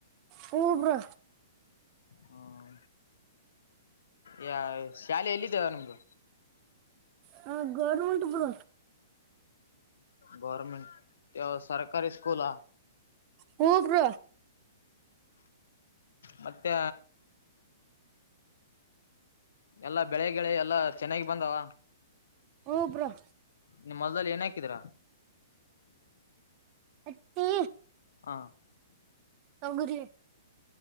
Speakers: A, on the right; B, on the left.
A: ಹ್ಞೂ ಬ್ರೋ
B: ಹ್ಮ ಯ ಶಾಲೆಯಲ್ಲಿ ನಿಮ್ದು
A: ಹಾ ಗೌರ್ಮೆಂಟ ಬರ
B: ಗರ್ಮೆಂಟ್ ಸರ್ ಕ ಸ್ಕೂಲ
A: ಹ್ಞೂ ಬ್ರೋ
B: ಮತ್ತೆ ಎಲ್ಲಾ ಬೆಳೆ ಳೆ ಎಲ್ಲಾ ಚೆನ್ನಾಗಿ ಬಂದಾವ
A: ಹಬ್ರೊಂ
B: ನಿಮ್ ಹೊಲದಲ್ಲಿ ಏನ್ ಹಾಕಿದೀರ.
A: ಹತ್ತಿ
B: ಹಾ
A: ತೊಗರಿ.